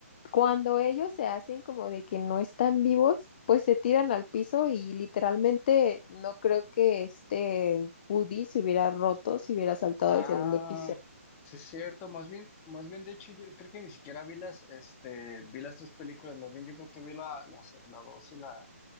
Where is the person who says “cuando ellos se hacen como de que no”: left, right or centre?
Left